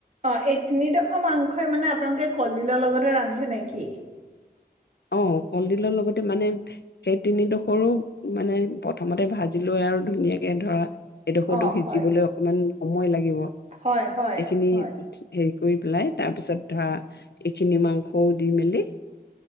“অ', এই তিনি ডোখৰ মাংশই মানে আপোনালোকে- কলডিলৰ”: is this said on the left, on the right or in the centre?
Right